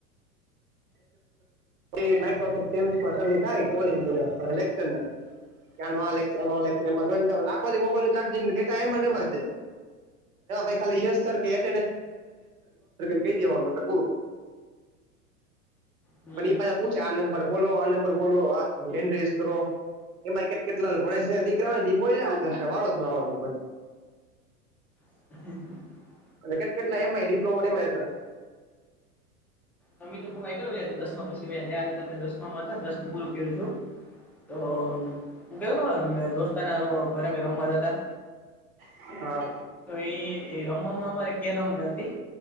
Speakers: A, on the right (about 65°); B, in the centre.
A: તે માઇક્રોસોફ્ટ મસમાં શરૂ થાય કોલેજ બધા અને લેકચર ના. ક્યા નોક્ટોલેક્ટ જોખો મોબાઈલું ચાર્જિંગ ડેા એમને એ જ છે. એ ખાલીોને કહી દેવાનુંું.
B: હમ
A: પણ એ પાછા પૂછે આ નંબર બોલો આ નંબર બોલો આ હેન્ડ રેસ કરો. એમાં કે કેટલા ભય છે દીકરા બોલ્યા વાળો જ
B: હ
A: અને કે કેટલા એમ ડિપ્લોમાો એ હતા.
B: ત તો ભોગા કે દસમા પછી રીતે દસમામાં હતાને દસમુ પુરૂ કર્યું છું. તો હું કેતો દોસ્તને ઘરે મે રમવા જતા.
A: હા
B: તો એ રમવામાં અમારે કે રમ ન હતી